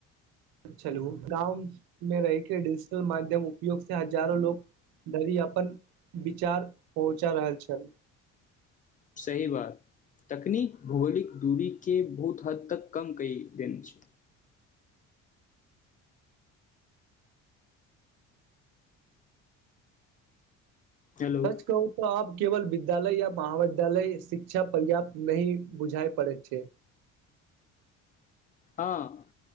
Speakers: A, on the right; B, on the left.
A: छलू गाँवमे रहिके डिजिटल माध्यम उपयोग से हजारो लोक धरी अपन विचार पहुँचा रहल छल
B: सही बात तकनीक भौगोलिक दूरी के बहुत हद तक कम कऽ देने छै हेलो
A: सच कहू तऽ आब केवल विद्यालय या महाविद्यालय शिक्षा पर्याप्त नहि बुझाय पड़ैत छै
B: हँ